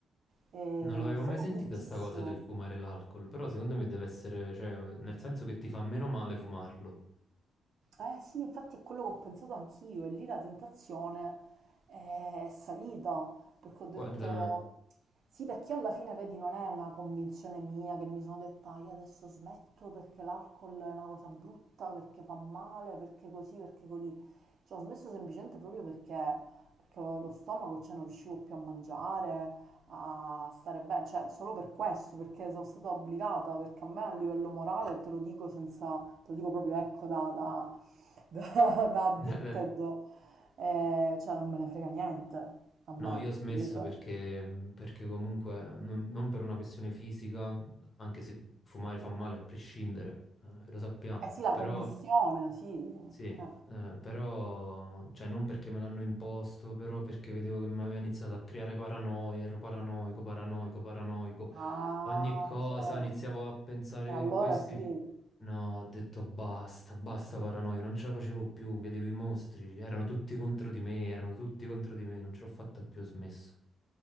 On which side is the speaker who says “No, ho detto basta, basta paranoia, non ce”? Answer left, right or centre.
Left